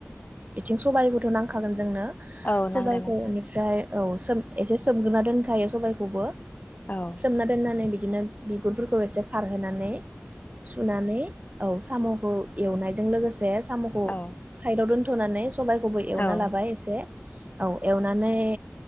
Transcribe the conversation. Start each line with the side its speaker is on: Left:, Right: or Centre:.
Right: बेथिं सबाइबोथ नांखागोन जोंनो
Left: औ
Right: सबाइखौ
Left: नांगोन नोंथां
Right: बेनिफ्राय औ सोम एसे
Left: औ
Right: सोमग्रोना दोन खायो सबायखौबो
Left: औ
Right: सोमना दोन्नानै बि बिदिनो बिगुरफोरखौ एसे खारहोनानै सुनानै औ सामखौ एवनायजों लोगोसे सामखौ
Left: औ
Right: साइदव दोन थनानै सबायाइखौबो एवना
Left: औ
Right: लाबाय एसे औ एवनानै